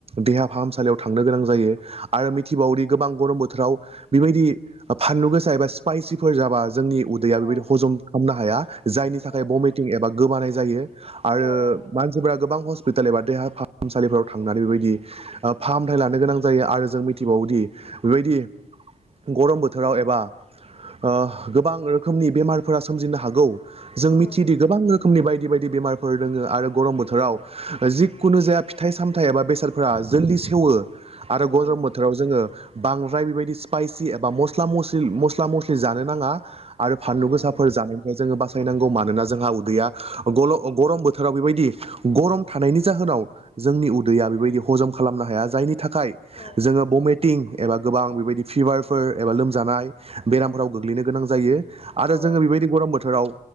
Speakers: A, on the right; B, on the left.
A: देहा फाहामसालियाव थांनो गोनां जायो। आरो मिथिबावोदि गोबां गरम बोथोराव बेबायदि फानलु गोसा एबा स्पाइसिफोर जाबा। जोंनि उदैया
B: औ
A: बेबायदि हजम खालामनो हाया जायनि थाखाय
B: औ
A: भमिटिं एबा गोबानाय जायो। आरो
B: औ
A: मानसिफोरा। गोबां हस्पिटाल एबा देहा फाहामसालिफोराव थांनानै बेबायदि फाहामथाय लानो गोनां जायो आरो जों मिथिबावो गुदि बेबायदि। गरम बोथोराव एबा ओ गोबां रोखोमनि बेमार फोरा सोमजिनो हागौ जों
B: उम
A: मिथिदि गोबां रो रोखोमनि बायदि बायदि बेमारफोर दोङो आरो गरम बोथोराव ओ जिखुनु जाया फिथाइ सामथायाइ एबा बेसादफोरा जोलदि सेवो आरो
B: उम
A: गरम
B: उम
A: बोथोराव जोङो बांद्राय बेबायदि स्पायसि एबा मस्ला मस्लि मस्ला मस्लि जानो नाङा आरो फानलु
B: उम
A: गोसा
B: उम
A: जानायनिफ्राय जोङो बासायनांगौ मानोना जोंहा उदैया गरम बोथोराव बेबायदि गरम थानाय नि जाहोनाव जोंनि उदैया बेबायदि हजम खालामनो हाया जायनि थाखाय
B: औ
A: जोङो बमे टिं एबा गोबां बेबायदि फिभारफोर एबा लोमजानाय बेरामफोराव गोग्लैनो गोनां जायो। आरो
B: औ
A: जोङो बेबायदि गरम बोथोराव